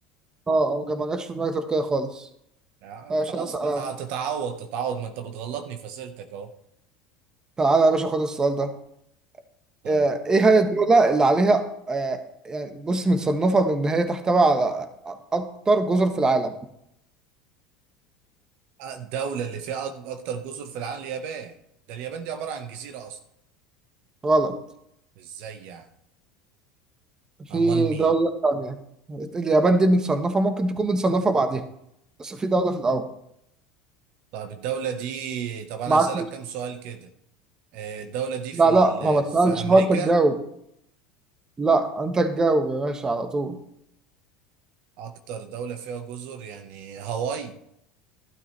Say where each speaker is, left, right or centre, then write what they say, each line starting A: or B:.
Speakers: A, on the right (about 25°); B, on the right (about 65°).
A: اه آه، ما جاتش في دماغي تركيا خالص
B: آه،
A: ماشي
B: خلاص
A: اسال
B: بقى
A: أنا.
B: تتعوض تتعوض ما انت بتغلطني في اسئلتك اهو
A: تعالى يا باشا خد السؤال ده
B: طيب
A: آه، ايه هي الدولة اللي عليها آه، يعني بص متصنفة بان هي تحتوي على اكتر جزر في العالم
B: آه، الدولة اللي فيها أك... اكتر جزر في العالم اليابان ده اليابان دي عبارة عن جزيرة اصلا
A: غلط
B: ازاي يعني
A: في
B: امال مين
A: دولة تانية اليابان دي متصنفة ممكن تكون متصنفة بعديها بس في دولة في الأول
B: طيب الدولة دي طب انا
A: معاك
B: هسألك كام سؤال كده آه، الدولة دي
A: لا
B: في ال...
A: لا ما ما تسألش
B: في امريكا
A: هو أنت تجاوب لا انت تجاوب يا باشا على طول
B: اكتر دولة فيها جزر يعني هاواي